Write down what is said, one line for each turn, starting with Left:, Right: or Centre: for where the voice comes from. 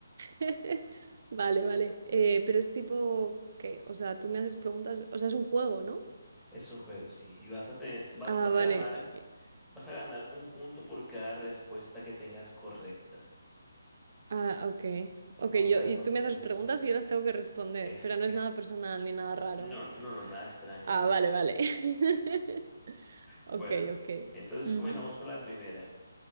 Right: <laughs> Vale, vale. Eh, pero es tipo que, o sea, tú me haces preguntas, o sea, es un juego, ¿no?
Centre: Es un juego, sí. Y vas a tener, va-
Right: Ah,
Centre: vas
Right: vale.
Centre: a ganar,
Right: Eh,
Centre: vas a ganar un punto por cada respuesta que tengas correcta.
Right: Ah, ok. Ok,
Centre: Vamos
Right: yo,
Centre: a ver
Right: y
Centre: cuántos
Right: tú me haces
Centre: puntos
Right: preguntas
Centre: haces.
Right: y yo las tengo que responder,
Centre: Es,
Right: pero no
Centre: es,
Right: es nada personal ni nada raro,
Centre: no,
Right: ¿no?
Centre: no, no, nada extraño,
Right: Ah,
Centre: nada
Right: vale,
Centre: extraño.
Right: vale. <laughs>
Centre: Bueno,
Right: Ok, ok.
Centre: entonces
Right: Ujú,
Centre: comenzamos con la primera.